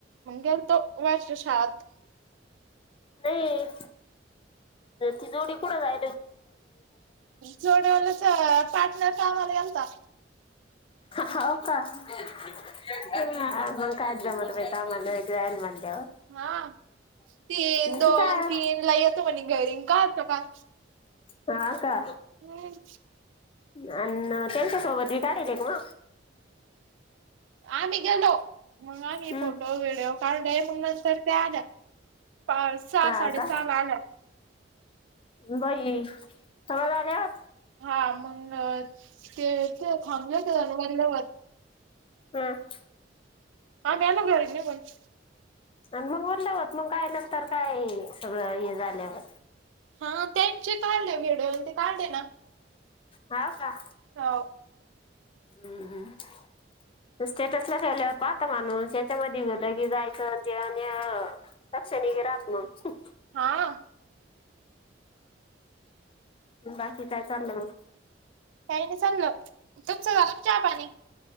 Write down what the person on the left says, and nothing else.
नाहीये तर ति जोडी कुठं जाय
हाव का? हा मग कायच जमत बाई कामाला जायती म्हणल्यावर.
मग
ती काय
हा का?
अ् त्यांच्या सोबत <unintelligible> का मग
हम्म
हा
का
बाई तवा <unintelligible> झाल्या
हम् <inaudible>
आणि मग ओरल्या होत मग काय नंतर काय सगळं हे झाल्यावर
हाव का?
हम्म हम् स्टेटस ला ठेवल्यावर पाहता माणूस याच्यामध्ये गेलं की जायच ते आणि अ लक्षात लगी राहत नाय.
बाकी काय चाललं मग